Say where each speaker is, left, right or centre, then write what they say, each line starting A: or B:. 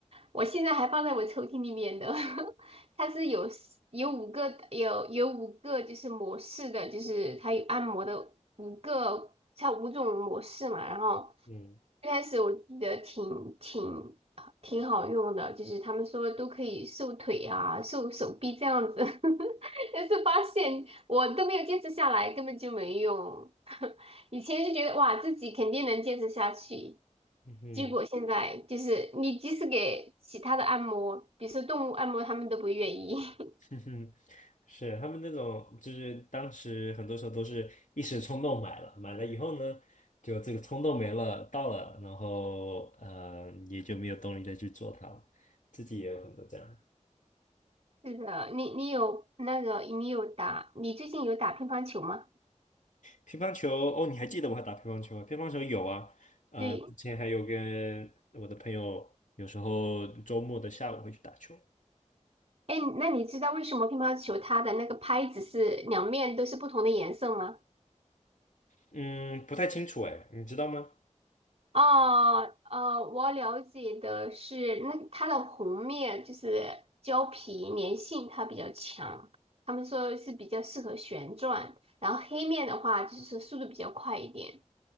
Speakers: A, on the right (about 55°); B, on the left (about 80°).
A: 我现在还放在我抽屉里面的。<laughs> 它是有四有五个有有五个就是模式的，就是它有按摩的五个，它五种模式嘛。然后
B: 嗯
A: 一开始我记得挺挺挺好用的，就是他们说都可以瘦腿啊、瘦手臂这样子，<laughs> 但是发现我都没有坚持下来，根本就没用。<laughs> 以前就觉得哇，自己肯定能坚持下去，
B: 嗯哼
A: 结果现在就是你即使给其他的按摩，比如说动物按摩，他们都不愿意。<laughs>
B: 哼哼，<laughs> 是他们那种，就是当时很多时候都是一时冲动买了，买了以后呢，就这个冲动没了，到了，然后呃，也就没有动力再去做它了。自己也有很多这样。
A: 是的，你你有那个，你有打，你最近有打乒乓球吗？
B: 乒乓球哦，你还记得我还打乒乓球？啊？乒乓球有啊，呃，
A: 对，
B: 之前还有跟我的朋友，有时候周末的下午会去打球。
A: 哎，那你知道为什么乒乓球它的那个拍子是两面都是不同的颜色吗？
B: 嗯，不太清楚哎，你知道吗？
A: 哦，哦，我了解的是，那它的红面就是胶皮粘性它比较强，他们说是比较适合旋转，然后黑面的话就是速度比较快一点。